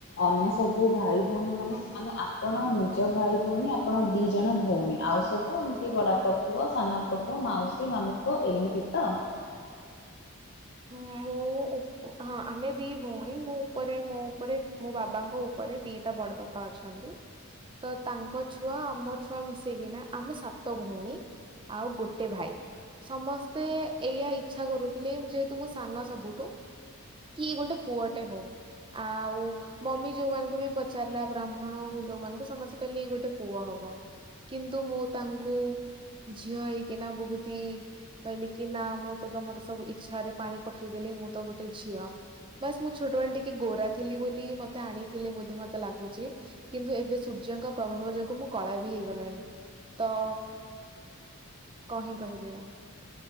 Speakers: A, on the left; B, on the right.
A: ଅନ୍ୟ ସବୁ ଭାଇ ଭଉଣୀ ମାନେ ମାନେ ଆପଣ ନିଜ ଭାଇ ଭଉଣୀ ଆପଣ ଦିଜଣ ଭଉଣୀ ଆଉ ସବୁ ଏମିତି ବଡ଼ାପା ପୁଅ ସାନପା ପୁଅ ମାଉସୀ ମାମୁ ପୁଅ ଏମିତି ତ
B: ହଁ ମୁଁ <unintelligible> ହଁ ଆମେ ଦି ଭଉଣୀ ମୋ ଉପରେ ମୋ ଉପରେ ମୋ ବାବାଙ୍କ ଉପରେ ଦିଟା ବଡ ବା ବାପା ଅଛନ୍ତି ତ ତାଙ୍କ ଛୁଆ ଆମ ଛୁଆ ମିଶେଇକିନା ଆମେ ସାତ ଭଉଣୀ। ଆଉ ଗୋଟେ ଭାଇ ସମସ୍ତେ ଏଇଆ ଇଚ୍ଛା କରୁଥିଲେ। ଯେହେତୁ ମୁଁ ସାନ ସବୁଠୁ କିଏ ଗୋଟେ ପୁଅଟେ ହଉ ଆଉ। ମମି ଯୋଉମାନଙ୍କୁ ବି ପଚାରିଲା ବ୍ରାହ୍ମଣ ହଉ ଯୋଉମାନଙ୍କୁ ସମସ୍ତେ କହିଲେ ଏଇ ଗୋଟେ ପୁଅ ହବ। କିନ୍ତୁ ମୁଁ ତାଙ୍କୁ ଝିଅ ହେଇକି ନା ବହୁତ ହି କହିଲେ କି ନା ମୁଁ ତ ତମର ସବୁ ଇ ଛାରେ ପାଣି ପକେଇଦେଲି ମୁଁ ତ ଗୋଟେ ଝିଅ। ବାସ୍ ମୁଁ ଛୋଟବେଳେ ଟିକେ ଗୋରା ଥିଲି ବୋଲି ମତେ ଆଣିଥିଲେ ବୋଧେ ମତେ ଲାଗୁଛି। କିନ୍ତୁ ଏବେ ସୂର୍ଯ୍ୟଙ୍କ ପ୍ରଭାବ ଯୋଗୁ ମୁଁ କଳା ବି ହେଇଗଲାଣି ତ <unintelligible> କହିବି ଆଉ